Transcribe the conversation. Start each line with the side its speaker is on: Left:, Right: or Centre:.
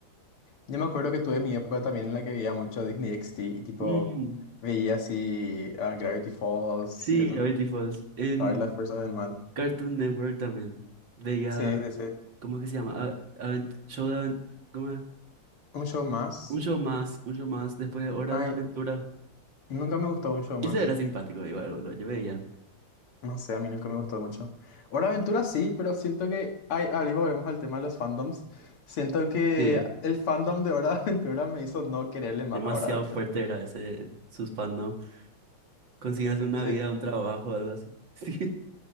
Left: Yo me acuerdo que tuve mi época también en la que veía mucho Disney XD y tipo
Right: Mm,
Left: veía así a Gravity Falls
Right: sí,
Left: y eso.
Right: Gravity Falls. En
Left: Ay, las fuerzas del mal.
Right: Cartoon Network también. Veía,
Left: Sí, sí, sí.
Right: ¿cómo es que se llama? A- avent- show de aven- ¿cómo es?
Left: Un show más.
Right: Un show más, un show más después de Hora
Left: Ay,
Right: de Aventura.
Left: nunca me gustó un show más.
Right: Ese era simpático, igual, boludo. Yo veía.
Left: No sé, a mí nunca me gustó mucho. Hora de Aventura sí, pero siento que... Ay, ahí volvemos al tema de los fandoms. Siento que
Right: Sí,
Left: el fandom de Hora de Aventura me hizo no quererle más
Right: demasiado
Left: a Hora de Aventura.
Right: fuerte era ese, sus fandom. Consíganse una
Left: Sí,
Right: vida, un trabajo, algo así. <laughs> Sí,